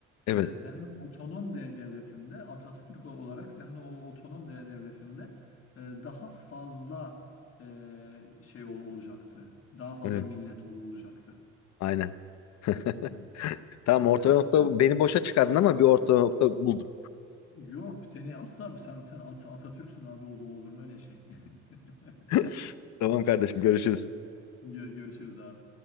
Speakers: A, on the left (about 70°); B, on the left (about 50°).
A: Evet.
B: eee, senin otonom de devletinde At- Atatürk ol- olarak senin o otonom de devletinde eee, daha fazla eee, şey ol- olacaktı. Daha fazla
A: Evet.
B: millet ol- olacaktı.
A: Aynen. <laughs>
B: Hı hı.
A: Tamam
B: Neyse.
A: orta nokta beni boşa çıkardın ama bir orta nokta bulduk.
B: Yok seni asla bu sen sen At- Atatürk'sün abi olur olur mu öyle şey? <laughs>
A: <laughs> Tamam kardeşim
B: Evet,
A: görüşürüz.
B: gö- görüşürüz abi.